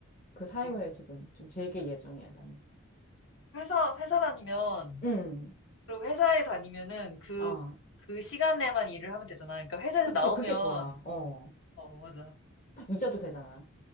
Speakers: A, on the left; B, on the left.
A: 그 사이에
B: 그치.
A: 지금 좀 즐길 예정이야, 나는.
B: 회사, 회사 다니면,
A: 음,
B: 그리고 회사에 다니면은 그,
A: 어,
B: 그 시간에만 일을 하면 되잖아. 그러니까 회사에서
A: 그치,
B: 나오면,
A: 그게 좋아. 어,
B: 어, 맞아.
A: 딱 잊어도 되잖아.